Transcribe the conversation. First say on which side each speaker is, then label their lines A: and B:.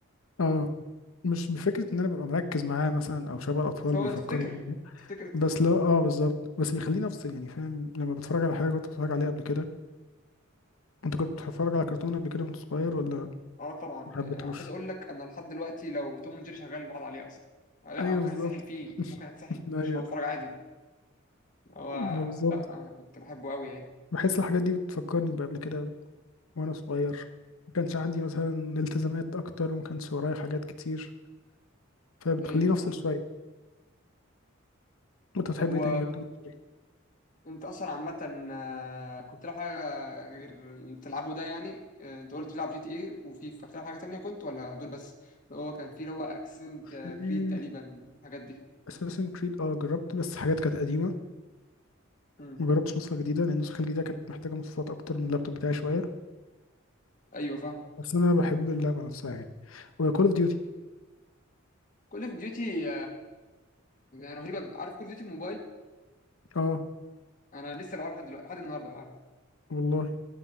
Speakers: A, on the left; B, on the left.
A: اه مش بفكره ان انا ببقى مركز معاه مثلا او شبه الاطفال
B: سوى
A: بيفكروا
B: تفتكر
A: بيه.
B: تفتكر طفولتك
A: بس لو اه بالظبط بس بيخليني افصل يعني فاهم لما بتفرج على حاجه كنت بتفرج عليها قبل كده انت كنت بتتفرج على كرتون قبل كده وانت صغير ولا
B: اه طبعا
A: ما
B: يعني
A: حبيتهوش
B: انا عايز اقول لك انا لحد دلوقتي لو توم اند جيري شغال بقعد عليه اصلا آه، لا
A: ايوه
B: ممكن
A: بالظبط
B: اتسحل فيه
A: <laughs>
B: ممكن اتسحل
A: ايوه
B: مش هتفرج عادي هو
A: ما هو بالظبط
B: لا انا كنت بحبه قوي يعني
A: بحس الحاجات دي بتفكرني بقبل كده وانا صغير ما كانش عندي مثلا التزامات اكتر وما كانش ورايا حاجات كتير فبتخليني
B: ايوه
A: افصل
B: فاهم
A: شويه انت بتحب
B: طب و
A: ايه تاني غير Tom and
B: انت اصلا عامة آه، كنت تلعب حاجة غير اللي بتلعبه ده يعني آه، انت قلت بتلعب جي تي ايه وفي بتلعب حاجة تانية كنت ولا دول بس هو كان في اللي هو اكسنت
A: Jerry؟
B: كريد تقريبا الحاجات دي
A: اساسن كريد اه جربت بس حاجات كانت قديمه
B: امم
A: ما جربتش نسخه جديده لان النسخه الجديده كانت محتاجه مواصفات اكتر من اللابتوب بتاعي شويه
B: ايوه فاهم
A: بس انا بحب اللعبه نفسها يعني وكول اوف ديوتي
B: كل اوف ديوتي رهيبة عارف كل اوف ديوتي موبايل
A: اه
B: انا لسه بلعبها لحد دلوقتي لحد النهاردة بلعبها
A: والله